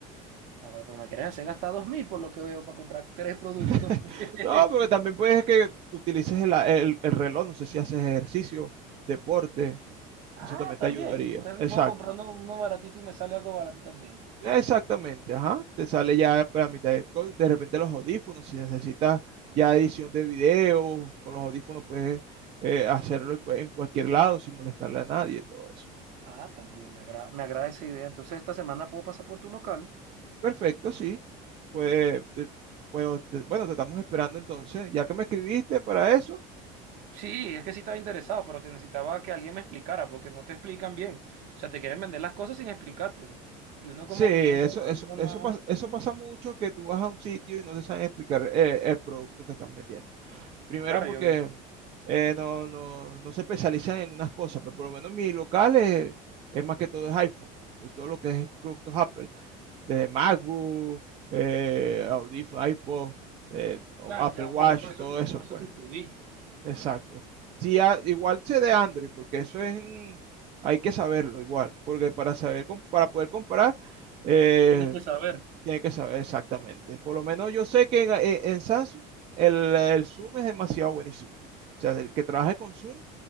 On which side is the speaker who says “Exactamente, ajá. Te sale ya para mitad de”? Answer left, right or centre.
Right